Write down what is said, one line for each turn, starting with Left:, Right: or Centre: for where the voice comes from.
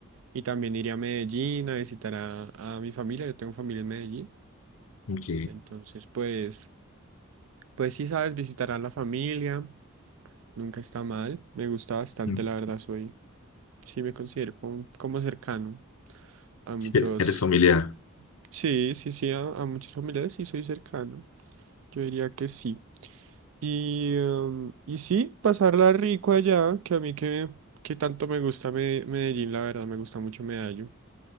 Right: Y también iré a Medellín a visitar a, a mi familia. Yo tengo familia en Medellín.
Left: ok.
Right: Entonces, pues Pues sí, sabes, visitar a la familia, nunca está mal. Me gusta bastante,
Left: mm,
Right: la verdad, soy, sí me considero como, como cercano a muchos,
Left: Sí, e-, eres familiar.
Right: sí, sí, sí, a, a muchos familiares sí soy cercano. Yo diría que sí. Y, em, y sí, pasarla rico allá, que a mí que, que tanto me gusta Me- Medellín, la verdad, me gusta mucho Medallo.